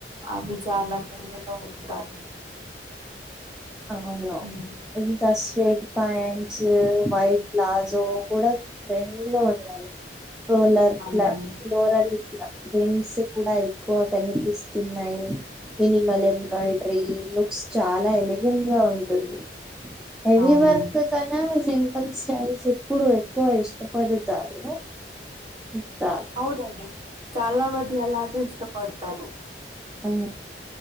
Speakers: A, on the right; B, in the centre.
A: అవి చాలా ట్రెండ్ లో ఉంటాయి
B: అవును
A: ఉమ్,
B: ఇంక స్ట్రేట్ ప్యాంట్స్ వైట్ ప్లాజో కూడా ట్రెండ్ లో ఉన్నాయి ఫోలర్
A: అవునవును
B: పలా ఫలోరల్ ట్రెండ్స్ కూడా ఎక్కువ కనిపిస్తున్నాయి మెనిిమల్ ఎంబ్రాడ్రిీ లుక్స్ చాలా ఎలె ఉంటుంది హెవీ
A: అవును
B: వర్క్ సనా సింపుల్ స్టైల్స్ ఇప్పుడు ఎక్కువ ఇష్టపడతారు ఇత్తార్
A: అవునండి చాలా మంది అలాగే ఇష్టపడతారు
B: అ